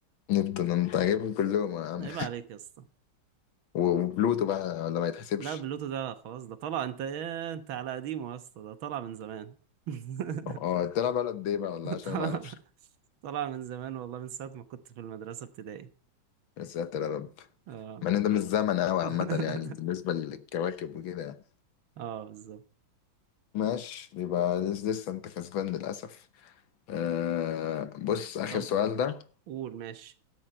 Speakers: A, on the left (about 75°); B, on the right (about 75°).
A: نبتون انت عاجبهم كلهم يا عم
B: عيب عليك يا اسطى
A: وبلوتو بقى ولا ما يتحسبش
B: لا بلوتو ده خلاص ده طلع انت ايه انت على قديمه يا اسطى ده طلع من زمان <laughs>
A: اه تلعب على قد ايه بقى والله عشان
B: طلع
A: انا ما اعرفش
B: طلع من زمان والله من ساعة ما كنت في المدرسة ابتدائي
A: يا ساتر يا رب
B: اه
A: مع ان ده مش زمن قوي
B: <laughs>
A: عامة يعني بالنسبة للكواكب وكده يعني
B: اه بالظبط
A: ماشي يبقى لس- لسه انت كسبان للأسف آه بص آخر
B: طب
A: سؤال ده
B: قول ماشي